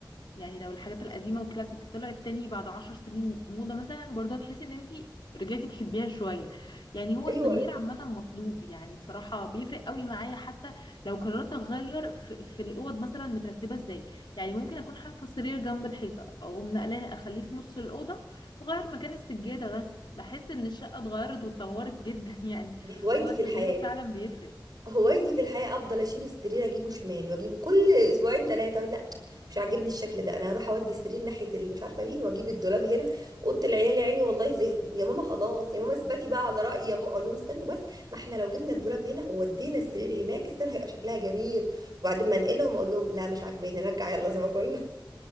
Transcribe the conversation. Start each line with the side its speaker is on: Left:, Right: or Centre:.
Left: يعني لو الحاجات القديمة والكلاسيك طلعت تاني بعد عشر سنين موضة مثلا برضه هتحسي ان انتي رجعتي تحبيها شوية يعني هو
Right: ايوه
Left: التغيير
Right: ايوه
Left: عامة مطلوب يعني بصراحة بيفرق قوي معايا حتى لو قررت اغير في, في الاوض مثلا مترتبة ازاي يعني ممكن اكون حاطة السرير جنب الحيطة او منقلاه اخليه في نص الأوضة واغير مكان السجادة بس بحس ان الشقة اتغيرت واتطورت جدا <laughs> يعني
Right: دي هوايتي
Left: هو التغيير
Right: في الحياه
Left: فعلا بيفرق
Right: هوايتي في الحياة افضل اشيل السرير اجيبه شمال واجيبه كل اسبوعين ثلاثة اقول لا مش عاجبني الشكل ده انا هروح اودي السرير ناحية اللي مش عارفة مين واجيب الدولاب هنا اوضة العيال يا عيني والله زهقوا يا ماما خلاص يا ماما اثبتي بقى على رأيي يا ماما اقول لهم استنوا بس ما احنا لو جبنا الدولاب هنا وودينا السرير هناك استنى هيبقى شكلها جميل وبعدين ما انقلهم اقول لهم لا مش عاجباني نرجع يلا زي ما كنا